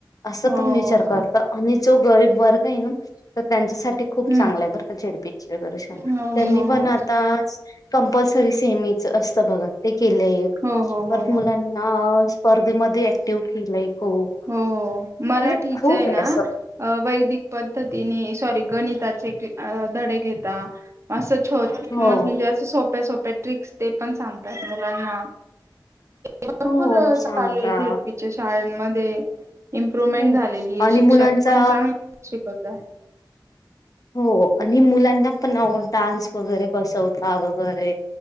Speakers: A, on the left; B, on the right.
A: असं
B: हो
A: पण विचार
B: हो हो
A: करत आणि जो गरीब वर्ग नाही ना तर, त्यांच्यासाठी खूप
B: हम्म
A: चांगलं हाय बरं का? झेडपीची वगैरे शाळा,
B: हो
A: त्यांनी
B: हो
A: पण
B: हो
A: आताच कंपल्सरी सेमीच असतं बघ केलंय,
B: हो हो
A: परत
B: हो हो
A: मुलांना स्पर्धेमध्ये ऍक्टिव केलंय, खूप.
B: हो हो मराठीच
A: म्हणजे खूप
B: हाय
A: आहे
B: ना,
A: असं
B: वैदिक पद्धतीने सॉरी गणितात जे की धडे घेता, आस छो
A: हो
B: मनजे, अस सो प्या सोप्या ट्रिक्स ते पण सांगतात मुलांना. भरपूर
A: हो सांगता
B: चालू आहे झेडपीच्या शाळेंमध्ये. इम्प्रुव्हमेंट
A: हो.
B: झालेली
A: आणि
B: आहे, शिक्षक
A: मुलांचा
B: पण चांगले शिकवतात
A: हो आणि मुलांना पण ना ओ डान्स वगैरे बसवता वगैरे